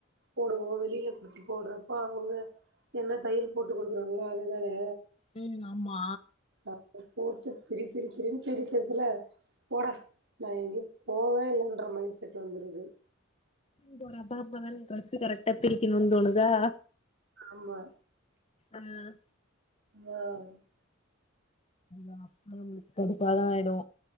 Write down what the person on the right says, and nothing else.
போடுவோ வெளில புடுச்சு போடுறப்ப அவுக என்ன தையல் போட்டு குடுக்குறாங்களோ அதுதானே
அப்ப போட்டு பிரி பிரி பிரின்னு பிரிக்கிறதுல போட நா எங்கயு போவே இல்லன்ற மைண்ட் செட் வந்துடுது
ஆமா
அ